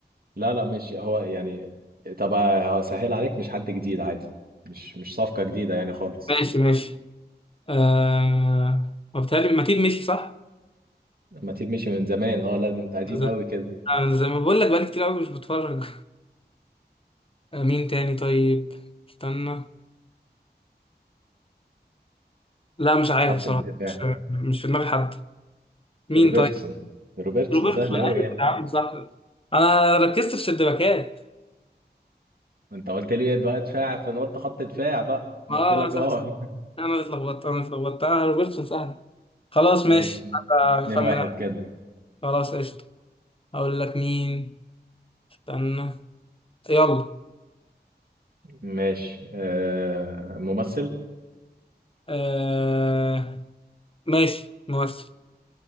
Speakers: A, on the right; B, on the left.
A: لا لا مش هو يعني طب هو سهل عليك مش حد جديد عادي مش مش صفقه جديده يعني خالص
B: ماشي ماشي آه وبالتالي ماتيب مشي صح؟
A: ما تيب مشي من زمان اه لا ده انت قديم
B: أنا زي
A: قوي كده
B: أنا زي ما بقول لك بقالي كتير قوي مش بتفرج آه، مين تاني طيب؟ استنى لا مش عارف
A: خط
B: بصراحة
A: الدفاع
B: مش مش في دماغي حد مين
A: روبرتسون
B: طيب
A: روبرتسون
B: روبرتسون
A: سهل قوي
B: ايوه
A: يعني
B: يا عم صح انا ركزت في الشباكات
A: ما انت قلت لي بقى دفاع فانا قلت خط دفاع بقى انا
B: اه
A: قلت لك
B: صح
A: اه
B: صح انا اللي اتلخبطت انا اللي اتلخبطت آه روبرتسون سهل خلاص
A: <laughs>
B: ماشي
A: ماشي
B: حتى اخمن
A: اتنين واحد
B: أنا.
A: كده
B: خلاص قشطة اقول لك مين استنى يلا
A: ماشي آه ممثل
B: آه... ماشي ممثل